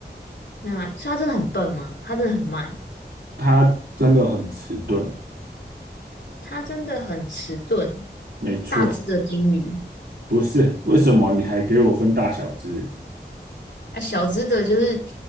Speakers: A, on the left; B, on the right.
A: 那是它真的很笨吗？它真的很慢。
B: 它真的很迟钝，
A: 它真的很迟钝，
B: 没错，
A: 大只的鲸鱼
B: 不是。为什么你还给我分大小只？
A: 啊，小只的就是，